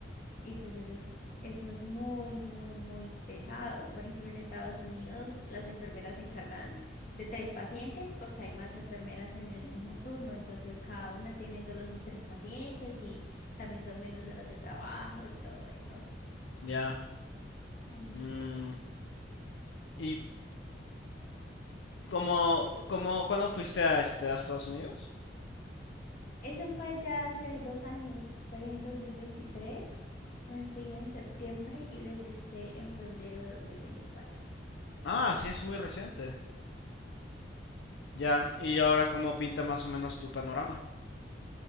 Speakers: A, on the left; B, on the left.
A: Y pues eso es, eso es muy, muy, muy pesado. Por ejemplo, en Estados Unidos las enfermeras se encargan de tres pacientes porque hay más enfermeras en el mismo turno. Entonces cada una tiene solo sus tres pacientes y también son menos horas de trabajo y todo eso.
B: Ya.
A: Mm.
B: Mm, ¿Y cómo, cómo, cuándo fuiste a este, a Estados Unidos?
A: Eso fue ya hace dos años, fue en 2023. Me fui en septiembre y regresé en febrero de 2024.
B: Ah, sí, es muy reciente. Ya. ¿Y ahora cómo pinta más o menos tu panorama?